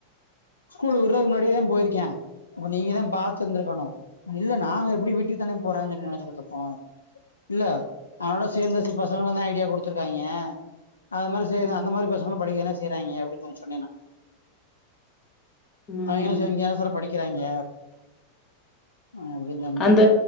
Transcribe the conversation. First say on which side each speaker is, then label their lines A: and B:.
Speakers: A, on the left; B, on the left.
A: ஸ்கூல் விடுறதுக்கு முன்னாடியே தான் போயிருக்கேன் அப்ப நீங்க தான் பாத்து இருந்திருக்கணும் இல்ல நாங்க எப்படி வீட்டுக்கு தானே போறோம் சொல்லி நினைச்சிட்டு இருக்கோம் இல்ல அதனோட சேர்ந்த சில பசங்க தான் ஐடியா கொடுத் துருக்காங்க அது மாதிரி
B: ம்
A: அந்த மாதிரி பசங்க படிக்க தான செய்றாங்க அப்படினு சொன்னே நா
B: ம்
A: அவங்களு
B: ம்
A: இங்க தான சார் படிக்கிறாங்க அப்படின்னு சொன்னேன்
B: அந்த